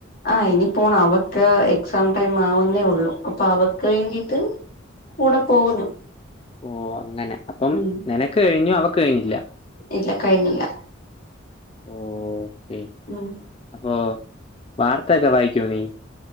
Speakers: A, on the left; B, on the left.
A: ആഹ് ഇനി പോണം അവക്ക് എക്സാം ടൈം ആവുന്നേ ഉള്ളൂ അപ്പൊ അവക്ക് വേണ്ടിട്ട് കൂടെ പോകുന്നു
B: ഓ അങ്ങനെ അപ്പം
A: ഉം
B: നിനക്ക് കഴിഞ്ഞു അവക് കഴിഞ്ഞില്ല
A: ഇല്ല കഴിഞ്ഞില്ല
B: ഓ ഓക്കേ
A: ഉം
B: അപ്പോൊ വാർത്ത ഒക്കെ വായിക്കോ നീ